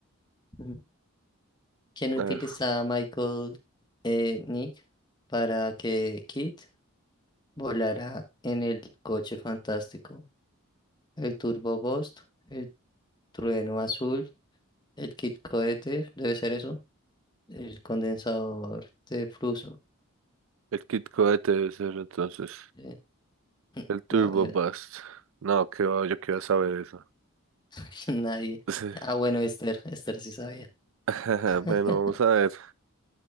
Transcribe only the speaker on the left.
Ujú. quien
utiliza
a Michael eh, Nick para que Kit volara en el coche fantástico. El Turbo Boost, el trueno azul, el Kit cohete, debe ser eso, el condensador de flujo.
eh, <clears throat>
<laughs> no, eh,
<laughs> nadie.
Ah, bueno, Esther, Esther sí sabía.
<laughs>